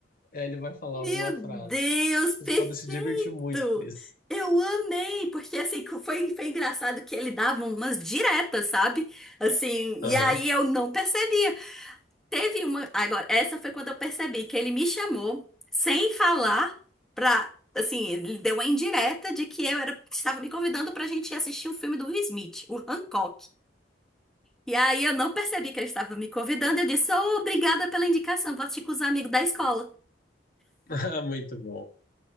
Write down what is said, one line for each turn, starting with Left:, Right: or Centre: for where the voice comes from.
Left: É, ele vai falar
Centre: Meu
Left: alguma frase.
Centre: Deus,
Left: Vocês
Centre: perfeito!
Left: podem se divertir muito com isso.
Centre: Eu amei, porque assim, foi, foi engraçado que ele dava umas diretas, sabe? Assim,
Left: Aham.
Centre: e aí eu
Left: <laughs>
Centre: não percebia. Teve uma. Agora, essa foi quando eu percebi que ele me chamou sem falar pra. Assim, ele deu uma indireta de que eu era, estava me convidando pra gente ir assistir um filme do Will Smith, o Hancock. E aí eu não percebi que ele estava me convidando. Eu disse, "Ô, obrigada pela indicação, vou assistir com os amigos da escola.
Left: Ah, Muito bom.